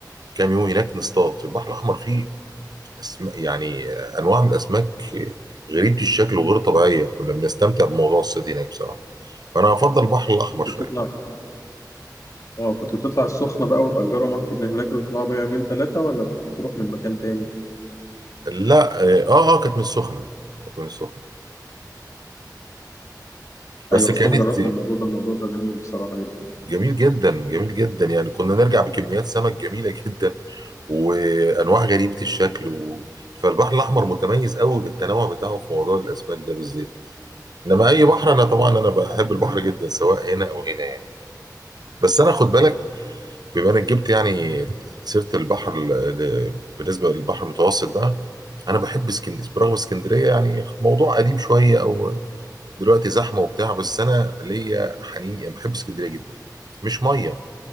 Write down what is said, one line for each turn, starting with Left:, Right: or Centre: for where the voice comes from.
Right: كام يوم هناك نصطاد في البحر الأحمر فيه أسم... يعني آه، أنواع من الأسماك آه، غريبة الشكل وغير طبيعية كنا بنستمتع بموضوع الصيد هناك بصراحة فأنا أفضل البحر الأحمر
Left: كنت
Right: شوية
Left: بتطلع اه كنت بتطلع السخنه بقى وتأجروا مركب من هناك وتطلعوا بيها يومين ثلاثه ولا بتروح من مكان تاني
Right: لا آه آه آه، كانت من السخنة كانت من السخنة بس
Left: ايوه
Right: كانت
Left: اصلا أنا جربت الموضوع ده الموضوع ده جميل بصراحه جدا
Right: جميل جدا جميل جدا يعني كنا نرجع بكميات سمك جميلة جدا وأنواع غريبة الشكل و... فالبحر الأحمر متميز قوي بالتنوع بتاعه في موضوع الأسماك ده بالذات إنما أي بحر أنا طبعا أنا بحب البحر جدا سواء هنا أو هنا يعني بس أنا خد بالك بما إنك جبت يعني سيرة البحر ل... ل... بالنسبة للبحر المتوسط ده أنا بحب اسكندرية برغم اسكندرية يعني موضوع قديم شوية أو دلوقتي زحمة وبتاع بس أنا ليا حنين يعني بحب اسكندرية جدا مش مية